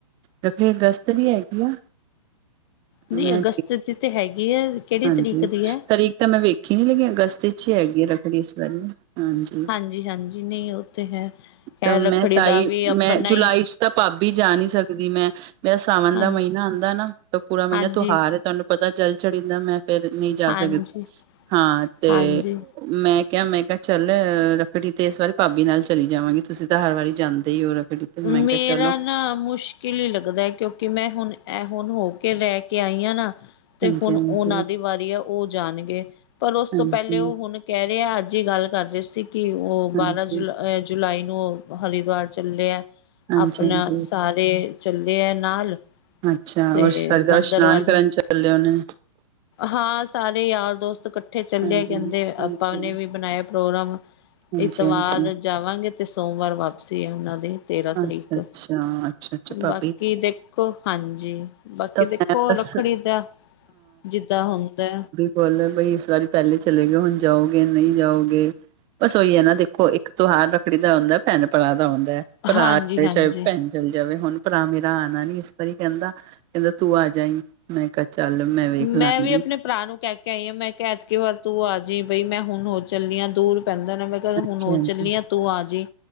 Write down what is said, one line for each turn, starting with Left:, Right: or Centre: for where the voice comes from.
Right: ਰੱਖੜੀ ਅਗਸਤ ਦੀ ਹੈਗੀ ਆ।
Left: ਨਹੀਂ
Right: ਮੈਂ
Left: ਅਗਸਤ ਦੀ ਤੇ ਹੈਗੀ ਹੈ ਕਿਹੜੀ
Right: ਹਾਂਜੀ
Left: ਤਰੀਕ ਦੀ ਹੈ?
Right: ਤਾਰੀਕ ਤਾਂ ਮੈਂ ਵੇਖੀ ਨੀ ਲੇਕਿਨ ਅਗਸਤ ਅੱਛੀ ਹੈਗੀ ਆ ਰੱਖੜੀ ਇਸ ਵਾਰੀ ਹਾਂਜੀ।
Left: ਹਾਂਜੀ-ਹਾਂਜੀ, ਨਹੀਂ ਉਹ ਤੇ ਹੈ। ਹੈ
Right: ਤਾਂ ਮੈਂ
Left: ਰੱਖੜੀ
Right: ਤਾਈ
Left: ਦਾ ਵੀ ਆਪਣਾ
Right: ਮੈਂ ਜੁਲਾਈ
Left: ਹੀ
Right: 'ਚ ਤਾਂ ਭਾਬੀ ਜਾ ਨਹੀਂ ਸਕਦੀ ਮੈਂ ਵੈਸੇ ਸਾਵਣ
Left: ਹਾਂ
Right: ਦਾ ਮਹੀਨਾ ਆਂਦਾ ਨਾ ਤੇ ਪੂਰਾ ਮਹੀਨਾ
Left: ਹਾਂਜੀ
Right: ਤਿਉਹਾਰ ਆ ਤੁਹਾਨੂੰ ਪਤਾ ਜਲ ਚੜੀਦਾ ਮੈਂ। ਫਿਰ ਨਹੀਂ ਜਾ
Left: ਹਾਂਜੀ
Right: ਸਕਦੇ ਹਾਂ ਤੇ
Left: ਹਾਂਜੀ
Right: ਮੈਂ ਕਿਹਾ ਮੈਂ ਕਿਹਾ ਚੱਲ ਰੱਖੜੀ ਤੇ ਇਸ ਵਾਰੀ ਭਾਬੀ ਨਾਲ ਚਲੀ। ਜਾਵਾਂਗੀ ਤੁਸੀਂ ਤਾਂ ਹਰ ਵਾਰੀ ਜਾਂਦੇ ਹੀ ਹੋ ਰੱਖੜੀ ਤੇ। ਮੈਂ ਕਿਹਾ
Left: ਮੇਰਾ
Right: ਚਲੋ
Left: ਨਾ ਮੁਸ਼ਕਿਲ। ਹੀ ਲੱਗਦਾ ਕਿਉਂਕਿ ਮੈਂ ਹੁਣ ਇਹ ਹੁਣ ਹੋ ਕੇ ਰਹਿ ਕੇ ਆਈ ਹਾਂ ਨਾ। ਤੇ
Right: ਹਾਂਜੀ
Left: ਹੁਣ
Right: ਹਾਂਜੀ
Left: ਉਹਨਾਂ ਦੀ ਵਾਰੀ ਆ ਉਹ ਜਾਣਗੇ ਪਰ ਉਸ ਤੋਂ
Right: ਹਾਂਜੀ
Left: ਪਹਿਲੇ ਉਹ ਹੁਣ। ਕਹਿ ਰਹੇ ਆ ਅੱਜ ਹੀ ਗੱਲ ਕਰ ਰਹੇ ਸੀ ਕਿ ਉਹ ਬਾਰਾਂ
Right: ਹਾਂਜੀ
Left: ਜੁਲਾਈ। ਜੁਲਾਈ ਨੂੰ ਹਰਿਦੁਆਰ ਚੱਲੇ ਆ।
Right: ਹਾਂਜੀ
Left: ਆਪਣਾ
Right: ਹਾਂਜੀ
Left: ਸਾਰੇ ਚੱਲੇ ਆ ਨਾਲ।
Right: ਅੱਛਾ
Left: ਤੇ
Right: ਹੋਰ ਸ਼ਰਦਾ
Left: ਮੰਦਰ
Right: ਇਸ਼ਨਾਨ
Left: ਵਾਲੇ
Right: ਕਰਨ ਚੱਲੇ ਹੋਣੇ?
Left: ਹਾਂ ਸਾਰੇ ਯਾਰ ਦੋਸਤ ਇਕੱਠੇ
Right: ਹਾਂਜੀ
Left: ਚੱਲੇ ਕਹਿੰਦੇ
Right: ਹਾਂਜੀ
Left: ਆਪਾਂ ਨੇ ਵੀ ਬਣਾਇਆ। ਪ੍ਰੋਗਰਾਮ
Right: ਹਾਂਜੀ
Left: ਇਤਵਾਰ
Right: ਹਾਂਜੀ
Left: ਜਾਵਾਂਗੇ ਤੇ ਸੋਮਵਾਰ ਵਾਪਸੀ ਹੈ ਉਹਨਾਂ ਦੀ। ਤੇਰਾਂ
Right: ਅੱਛਾ
Left: ਤਰੀਕ,
Right: ਅੱਛਾ ਅੱਛਾ ਅੱਛਾ ਭਾਬੀ
Left: ਬਾਕੀ ਦੇਖੋ, ਹਾਂਜੀ। ਬਾਕੀ
Right: ਤਾਂ
Left: ਦੇਖੋ
Right: ਮੈਂ ਬਸ
Left: ਰੱਖੜੀ ਦਾ ਜਿੱਦਾਂ ਹੁੰਦਾ।
Right: ਬੋਲੋ ਬਈ ਇਸ ਵਾਰੀ ਪਹਿਲੇ ਚਲੇ ਗਏ ਹੁਣ ਜਾਓਗੇ ਨਹੀਂ ਜਾਓਗੇ ਬਸ ਉਹੀ ਹੈ ਨਾ ਦੇਖੋ। ਤਿਉਹਾਰ ਰੱਖੜੀ ਦਾ ਹੁੰਦਾ ਭੈਣ ਭਰਾ ਦਾ ਹੁੰਦਾ ਹੈ ਭਰਾ
Left: ਹਾਂਜੀ
Right: ਆ ਜਾਏ
Left: ਹਾਂਜੀ
Right: ਚਾਹੇ ਭੈਣ। ਚੱਲ ਜਾਵੇ ਹੁਣ ਭਰਾ ਮੇਰਾ ਆਉਣਾ ਨੀ ਇਸ ਵਾਰੀ ਕਹਿੰਦਾ ਕਹਿੰਦਾ ਤੂੰ ਆ ਜਾਈ ਮੈਂ ਕਿਹਾ ਚੱਲ ਮੈਂ। ਵੇਖ ਲਾਂਗੀ
Left: ਮੈਂ ਵੀ ਆਪਣੇ। ਭਰਾ ਨੂੰ ਕਹਿ ਕੇ ਆਈ ਆ ਮੈਂ ਕਿਹਾ ਐਤਕੀ ਵਾਰ ਤੂੰ ਆ ਜਈ ਬਈ ਮੈਂ ਹੁਣ ਹੋ ਚੱਲੀ ਆ ਦੂਰ ਪੈਂਦਾ ਨਾ ਮੈਂ।
Right: ਹਾਂਜੀ
Left: ਹੁਣ ਹੋ
Right: ਹਾਂਜੀ
Left: ਚੱਲੀ ਆ ਤੂੰ ਆ ਜਈ